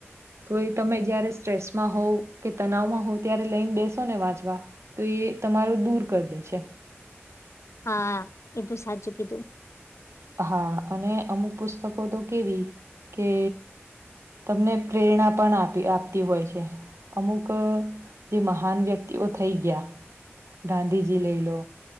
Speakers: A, on the right; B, on the left.
A: તો એ તમે જયારે સ્ટ્રેસમાં હોવ કે તનાવમાં હોવ ત્યારે લઈને બેસો ને વાંચવા તોએ એ તમારો દૂર કરી દે છે
B: હા એ તો સાચુ કીધું.
A: હા અને અમુક પુસ્તકો તો કેવી કે તમને પ્રેરણા પણ આપી આપતી હોય છે. અમુક જે મહાન વ્યક્તિઓ થઈ ગયા ગાંધીજી લઈ લો